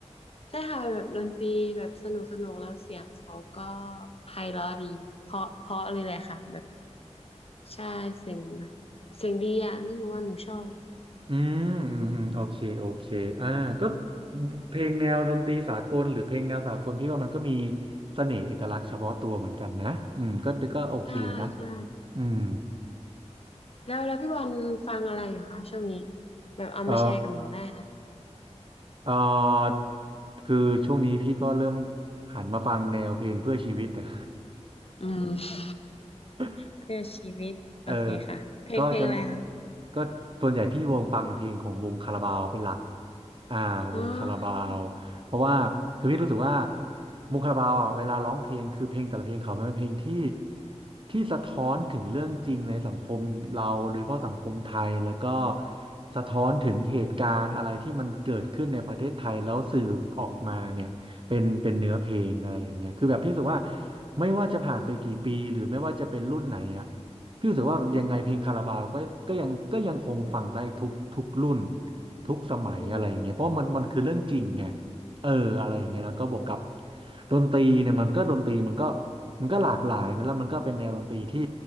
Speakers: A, on the left; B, on the right.
A: ใช่ค่ะเป็นแบบดนตรีแบบสนุกสนุกแล้วเสียงเขาก็ไพเราะดีเพราะเพราะเลยแหละค่ะแบบใช่เสียงแบบเสียงดีอ่ะไม่รู้ว่าหนูชอบ
B: อืมอืมอืมโอเคโอเคอ่าก็เพลงแนวดนตรีสากลหรือเพลงแนวสากลพี่ว่ามันก็มีเสน่ห์เอกลักษณ์เฉพาะตัวเหมือนกันนะอืมก็ก็โอเคนะ
A: ใช่ใช่
B: อืม
A: แล้วแล้วพี่บอลฟังอะไรอยู่คะช่วงนี้แบบเอามาแชร์กับหนูได้นะ
B: เออเออคือช่วงนี้พี่ก็เริ่มหันมาฟังแนวเพลงเพื่อชีวิตอะ
A: อืม
B: <laughs>
A: เพื่อชีวิตโอเคค่ะเพลงเพลงอะไรคะ
B: เออก็จะก็ส่วนใหญ่พี่วงฟังเพลงของวงคาราบาวเป็นหลักอ่าวงคาราบาวเพราะว่าคือพี่รู้สึกว่า
A: อ๋อ
B: วงคาราบาวอ่ะเวลาร้องเพลงคือเพลงแต่ละเพลงเขามันเป็นเพลงที่ที่สะท้อนถึงเรื่องจริงในสังคมเราโดยเฉพาะสังคมไทยแล้วก็สะท้อนถึงเหตุการณ์อะไรที่มันเกิดขึ้นในประเทศไทยแล้วสื่อออกมาเนี่ยเป็นเป็นเนื้อเพลงอะไรอย่างเงี้ยคือแบบพี่รู้สึกว่าไม่ว่าจะผ่านไปกี่ปีหรือไม่ว่าจะเป็นรุ่นไหนอ่ะ พี่รู้สึกว่ายังไงเพลงคาราบาวก็ก็ยังก็ยังคงฟังได้ทุกทุกรุ่นทุกสมัยอะไรอย่างเงี้ยเพราะมันมันคือเรื่องจริงไง
A: อืม
B: เอออะไรอย่างเงี้ยแล้วก็บวกกับดนตรีเนี่ยมันก็ดนตรีมันก็มันก็หลากหลายนะแล้วมันก็เป็นแนวดนตรีที่